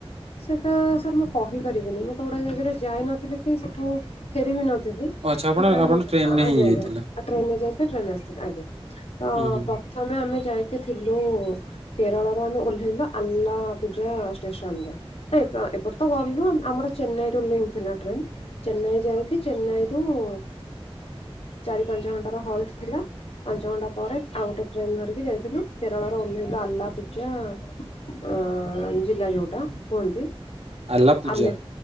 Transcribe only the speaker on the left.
ସେଟା ସାର୍ ମୁଁ କହିପାରିବିନି ମୁଁ ତେ ଉଡ଼ାଜାହାଜରେ ଯାଇନଥିଲି କି ସେଠୁ ଫେରି ବି ନଥିଲି ମୁ
ଟ୍ରେନରେ
ଆଜ୍ଞା,
ଆଜ୍ଞା।
ଟ୍ରେନରେ ଯାଇଥିଲେ ଟ୍ରେନରେ ଆସିଥିଲି ଆଜ୍ଞା ତ
ପ୍ରଥମେ ଆମେ ଯାଇକି ଥିଲୁ କେରଳର ଆମେ ଉ ଅଲା -ପୂଜା ଷ୍ଟେସନରେ। ନାଇଁ ଏପଟତ ଗଲୁ ଆମର ଚେନ୍ନାଇରୁ ଲିଙ୍କ ଥିଲା ଟ୍ରେନ୍। ଚେନ୍ନାଇ ଯାଉକି ଚେନ୍ନାଇରୁ ଉ ଚାରି ପାଞ୍ଚ ଘଣ୍ଟାର ହଲ୍ଟ ଥିଲା। ପାଞ୍ଚ ଘଣ୍ଟା ପରେ ଆଉ ଗୋଟେ ଟ୍ରେନ୍ ଧରିକି ଯାଇଥିଲୁ କେରଳର ଓହ୍ଲେଇଲୁ ଆଲ୍ଲାପୂଜା ଅ ଜିଲ୍ଲା ଯୋଉଟା କୁହନ୍ତି
ଆଲେ